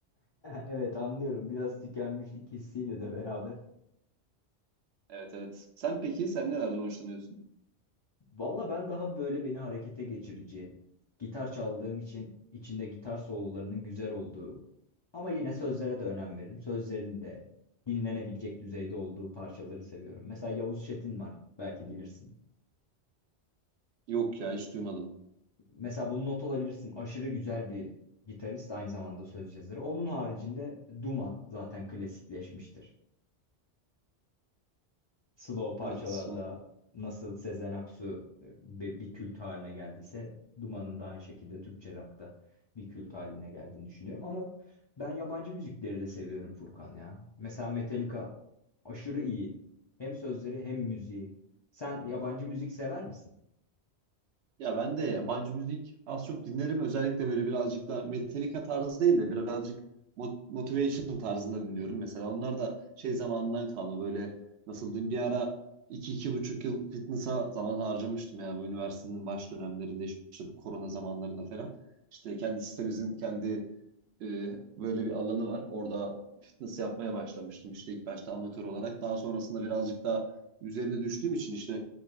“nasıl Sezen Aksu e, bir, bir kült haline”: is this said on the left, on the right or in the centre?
Left